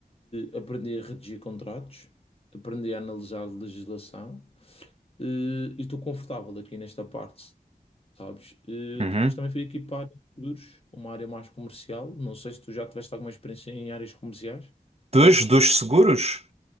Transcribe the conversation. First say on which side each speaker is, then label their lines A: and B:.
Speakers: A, on the left; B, on the right.
A: eh, aprendi a redigir contratos, aprendi a analisar legislação eh, e estou confortável aqui nesta parte, sabes? Eh,
B: uhum.
A: depois também fui aqui para a área de seguros, uma área mais comercial. Não sei se tu já tiveste alguma experiência em áreas comerciais.
B: Dos, dos seguros?